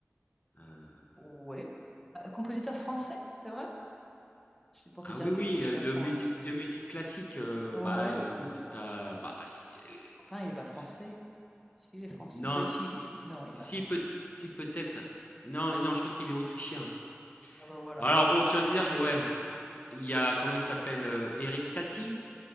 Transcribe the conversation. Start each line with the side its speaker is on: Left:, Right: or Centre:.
Left: hein. Heu,
Centre: Ouais. Bah, compositeur français, c'est vrai? C'est pour te
Left: Ah
Centre: dire
Left: oui,
Centre: à
Left: oui,
Centre: quel point je
Left: heu,
Centre: suis à
Left: de
Centre: fond.
Left: musique de musique classique, heu,
Centre: hein.
Left: bah,
Centre: Ouais.
Left: heu, écoute, t'as bah, heu,
Centre: Chopin, il est pas français.
Left: je
Centre: Si, il est français.
Left: non,
Centre: Bah, ici,
Left: et
Centre: non, il est pas
Left: si
Centre: français.
Left: peut si peut-être. Non
Centre: Bon.
Left: et non, je crois qu'il est autrichien, hein.
Centre: Ah bah voilà.
Left: Alors bon, tu vas me dire, je ouais, il y a comment il s'appelle, heu, Erik Satie,